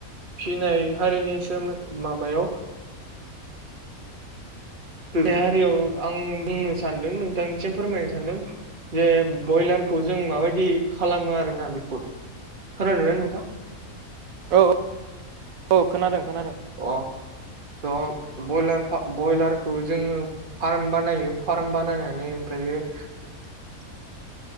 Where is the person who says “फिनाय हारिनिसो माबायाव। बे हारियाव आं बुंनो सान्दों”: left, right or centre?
Right